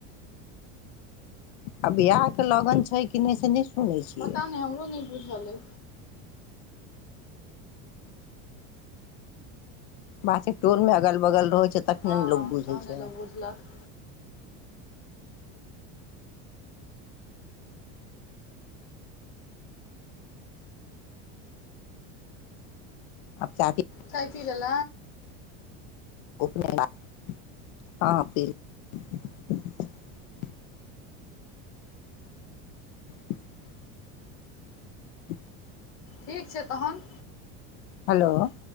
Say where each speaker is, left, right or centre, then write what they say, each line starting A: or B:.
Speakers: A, on the left; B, on the left.
A: आ बियाह के लगन छै कि नहि सुनै छियै
B: पता नहि हमरो नहि बुझल अै
A: बात टोल मे अगल बगल रोहछै तखने
B: हँ
A: ने लोक बुझै
B: तहने
A: छै
B: लोक बुझलक
A: अब चटी
B: चइतिलल
A: हँ <inaudible> <inaudible> <inaudible>
B: ठीक छै तहन
A: हेलो